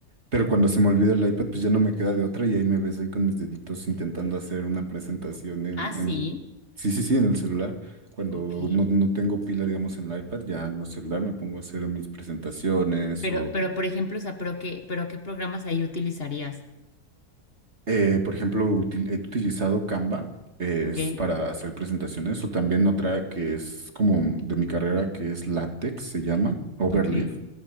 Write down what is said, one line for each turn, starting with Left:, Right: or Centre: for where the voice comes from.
Right: Pero cuando se me olvida el iPad, pues ya no me queda de otra y ahí me ves ahí con mis deditos intentando hacer una presentación en,
Left: Ah, sí,
Right: en... Sí, sí, sí, en el celular. Cuando
Left: ok.
Right: no, no tengo pila, digamos, en el iPad, ya en el celular me pongo a hacer mis presentaciones
Left: Pero,
Right: o,
Left: pero por ejemplo, o sea, pero qué, pero qué programas ahí utilizarías,
Right: eh, por ejemplo, util- he utilizado Canva, eh,
Left: ¿ok?
Right: es para hacer presentaciones o también otra que es como de mi carrera, que es LaTeX, se llama, Overleaf.
Left: ¿Ok?